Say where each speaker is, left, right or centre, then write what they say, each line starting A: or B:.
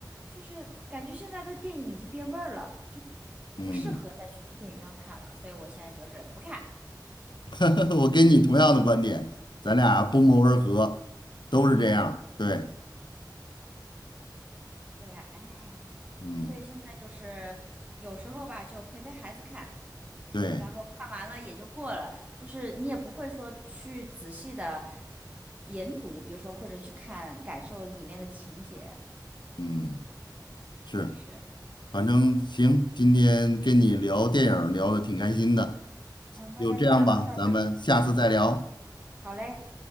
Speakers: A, on the right; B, on the left.
A: 就是感觉现在的电影已经变味儿了，就
B: 嗯，
A: 不适合再去电影院看了，所以我现在就是不看。
B: <laughs> 我跟你同样的观点，咱俩不谋而合，都是这样。
A: 嗯，
B: 对，
A: 对呀，哎，
B: 嗯，
A: 所以现在就是有时候吧，就陪陪孩子看，
B: 对，
A: 然后看完了也就过了，就是你也不会说去仔细的研读，比如说或者去看感受里面的情节。
B: 嗯，是，
A: 是，
B: 反正行，今天跟你聊电影儿聊的挺开心的，
A: 嗯，那咱就聊到这儿吧。
B: 就这样吧，咱们下次再聊。
A: 嗯，好嘞，